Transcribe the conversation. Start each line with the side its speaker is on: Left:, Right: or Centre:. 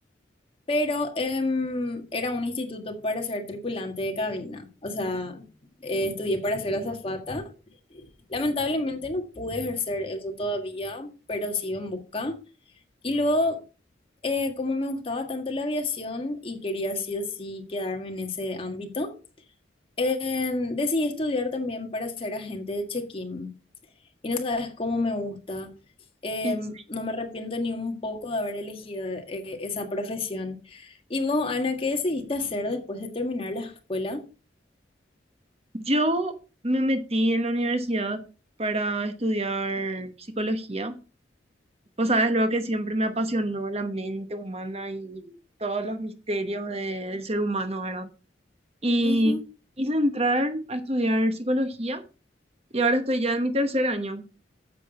Left: pero em, era un instituto para ser tripulante de cabina. O sea, eh, estudié para ser azafata. Lamentablemente no pude ejercer eso todavía, pero sigo en busca. Y luego, eh, como me gustaba tanto la aviación y quería sí o sí quedarme en ese ámbito, em, decidí estudiar también para ser agente de check-in. Y no sabes cómo me gusta. Eh,
Right: en sí.
Left: no me arrepiento ni un poco de haber elegido eh, esa profesión. ¿Y vos, Ana, qué decidiste hacer después de terminar la escuela?
Right: Yo me metí en la universidad para estudiar psicología. Vos sabes, lo que siempre me apasionó la mente humana y todos los misterios de- del ser humano, ¿verdad? Y
Left: Ujú.
Right: quise entrar a estudiar psicología y ahora estoy ya en mi tercer año.